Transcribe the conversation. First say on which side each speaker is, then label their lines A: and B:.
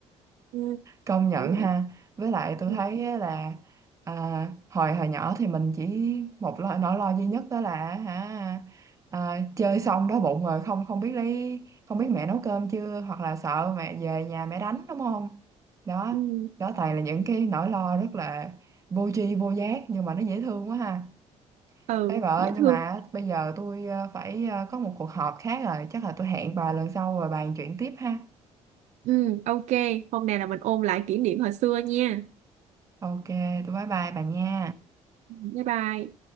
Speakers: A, on the right; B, on the right.
A: ừ,
B: công nhận
A: kiểu
B: ha
A: vậy.
B: với lại tôi
A: ừ,
B: thấy á là à, hồi hồi nhỏ thì mình chỉ một lo, nỗi lo duy nhất đó là hả à, chơi xong đói bụng rồi không không biết lấy không biết mẹ nấu cơm chưa hoặc là sợ mẹ về nhà mẹ đánh đúng không đó
A: ừ
B: đó toàn là những cái nỗi lo rất là vô tri vô giác nhưng mà nó dễ thương quá ha
A: ừ,
B: Ê bà ơi
A: dễ
B: nhưng
A: thương
B: mà bây giờ tôi ờ, phải ờ, có một cuộc họp khác rồi chắc là tôi hẹn bà lần sau rồi bàn chuyện tiếp ha
A: ừ ok hôm nay là mình ôn lại kỷ niệm hồi xưa nha
B: ok tôi bye bye bà nha
A: bye bye